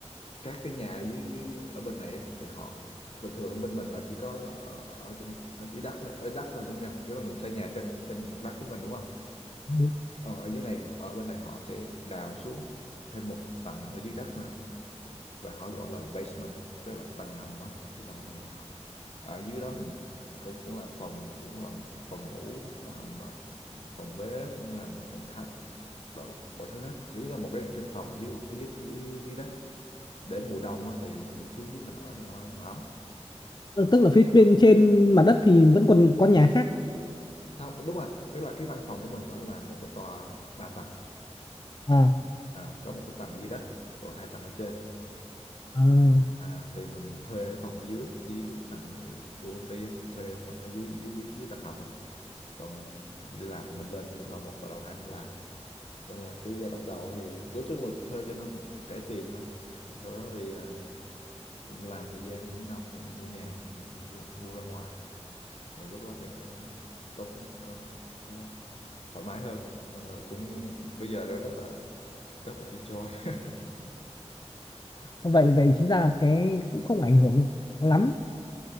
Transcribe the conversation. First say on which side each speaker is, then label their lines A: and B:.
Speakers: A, on the left (about 60°); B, on the left (about 40°).
A: các cái nhà dưới dưới ở bên này á thì họ bình thường ở bên mình là chỉ có ở, ở trên ở dưới đất là- ở đất là đúng không? Tức là mình xây nhà trên trên mặt đất của mình đúng không?
B: Ờ,
A: Ờ, ở dưới này ở bên này họ sẽ đào xuống thêm một tầng ở dưới đất nữa và họ gọi là basement tức là cái tầng hầm á cái phần à, ở dưới đó mình cũng cũng làm phòng cũng làm phòng ngủ cũng làm ờ, phòng bếp cũng làm phòng khách đổi bộ sổ sách nếu như là một cái căn phòng ở dưới ở dưới dưới, dưới đất để mùa đông á, thì mình xuống dưới mình ở cho nó, nó ấm
B: ờ, tức là phía bên trên mặt đất thì vẫn còn có nhà khác
A: Sao đúng rồi tức là cái văn phòng của mình nó là một cái tòa ba tầng
B: à,
A: à, có một cái tầng ở dưới đất còn hai tầng ở trên
B: à
A: à, thì mình thuê cái phòng ở dưới ở dưới tầng ờ, của công ty á, thuê phòng ở dưới dưới dưới tầng hầm á còn ờ, đi làm thì mình lên lầu một và lầu hai mình làm nên là cái giai đoạn đầu thì nói chung là thuê cho nó rẻ tiền thôi sau đó thì ờ, làm thời gian khoảng năm thì mình mua nhà mình đi- mua ra ngoài thì lúc đó thì nó tốt nó, nó thoải mái hơn nên là cũng bây giờ rất là rất là enjoy <laughs>
B: vậy vậy chính ra cái cũng không ảnh hưởng lắm